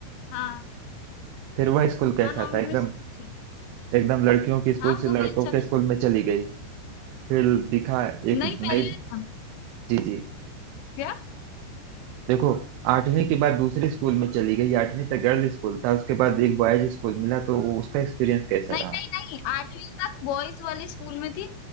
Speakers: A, on the left; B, on the right.
A: हाँ
B: फिर वह स्कूल कैसा
A: हाँ नौवीं
B: था एकदम
A: में स्कूल से
B: एकदम लड़कियों के स्कूल
A: हाँ वो
B: से लड़कों
A: भी अच्छा था
B: के स्कूल में चली गई फिर दिखा एक
A: नहीं पहले
B: नई
A: हाँ,
B: जी जी
A: क्या
B: देखो आठवीं के बाद दूसरे स्कूल में चली गई आठवीं तक गर्ल्स स्कूल था उसके बाद एक बॉयज स्कूल मिला तो वो उसका एक्सपीरियंस कैसा
A: नहीं
B: रहा
A: नहीं नहीं आठवीं तक बॉयज वाले स्कूल में थी